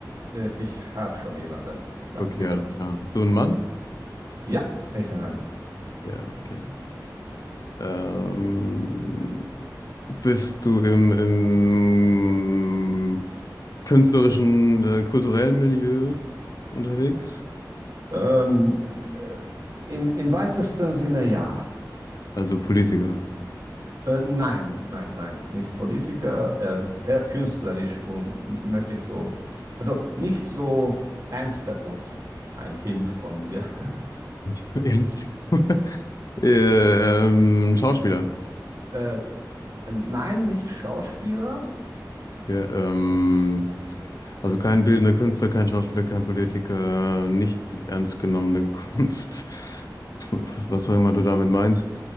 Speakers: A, on the right; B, on the left.
A: äh, ich habe schon jemanden. Dann
B: Okay,
A: bitte.
B: alles klar. Bist du ein Mann?
A: Ja, ich bin ein Mann.
B: Ja, okay. Ähm, bist du im, im künstlerischen, äh, kulturellen Milieu unterwegs?
A: Ähm, äh, im, im weitesten Sinne ja.
B: Also Politiker.
A: Äh, nein, nein, nein, nicht Politiker, ähm, eher künstlerisch und möchte ich so, also nicht so ernster Kunst. Ein Hint von mir. <laughs>
B: Nicht so ernst. <laughs> Ähm, Schauspieler.
A: Äh, äh, nein, nicht Schauspieler
B: Okay, ähm, also kein bildender Künstler, kein Schauspieler, kein Politiker, nicht ernst genommene <laughs> Kunst. Was, was auch immer du damit meinst.